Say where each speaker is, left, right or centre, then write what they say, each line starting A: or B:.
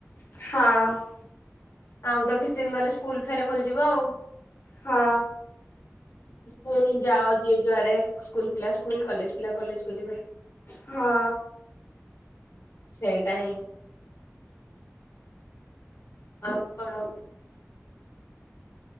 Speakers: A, on the left (about 55°); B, on the left (about 85°).
A: ହଁ।
B: ଆଉ ତ କିଛି ଦିନ ଗଲେ ସ୍କୁଲ ଫେର୍ ଖୋଲିଯିବ ଆଉ।
A: ହଁ।
B: ପୁଣି ଯାଅ ଯିଏ ଯୁଆଡେ ସ୍କୁଲ ପିଲା ସ୍କୁଲ କଲେଜ ପିଲା କଲେଜ କୁ ଯିବେ।
A: ହଁ।
B: ସେଇଟା ହିଁ ଆଉ କଣ?